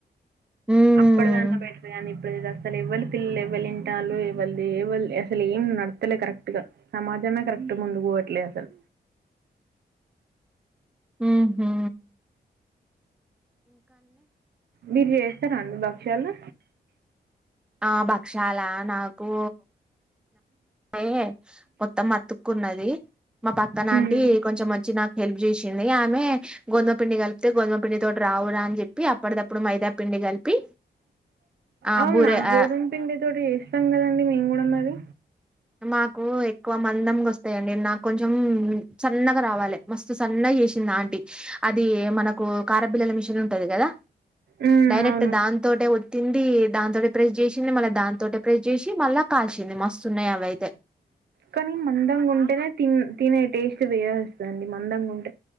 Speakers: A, in the centre; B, on the right.
A: మ్మ్
B: అప్పటిదాన్న బెటరు కానీ ఇప్పుడు అసలు ఎవ్వరు తియ్యలే ఎవ్వరు తింటాండ్లు ఏవ్వరు తినట్లే అసలు ఏం నడుత్తలే కరెక్ట్ గా సమాజమే కరెక్ట్ ముందు పోవట్లేదు అసలు
A: హ్హ్ హా
B: మీరు చేస్తారా అండి భక్షలు
A: ఆ భక్షాల నాకు పైన మొత్తం అతుక్కున్నది మా పక్క నాంటి
B: ఉమ్
A: కొంచెం మంచి నాకు హెల్ప్ చేసింది ఆమె గోధుమ పిండి కలిపితే గోధుమ పిండి తోటి రావురా అని చెప్పి అప్పటికప్పుడు మైదా పిండి కలిపి ఆ
B: అవునా
A: బూరె
B: గోధుమ
A: ఆ
B: పిండి తోటి చేస్తం కదండి మేము కూడా మరి
A: మాకు ఎక్కువ మందంగా వస్తాయండి నాకు కొంచెం సన్నగా రావాలి మస్తు సన్నగా చేసింది ఆంటీ అది మనకు కారంబిల్లల మిషన్ ఉంటది కదా
B: ఉమ్
A: డైరెక్ట్
B: అవును
A: దాంతోటే ఒత్తింది దాంతోటే ప్రెస్ చేసింది మళ్ళ దానితోటే ప్రెస్ చేసి మళ్ళా కాల్చింది మస్తు ఉన్నాయి అవ్వయితే
B: కానీ మందంగా ఉంటేనే తినే టేస్ట్ వేరు గా వస్తుందండి మందంగా ఉంటే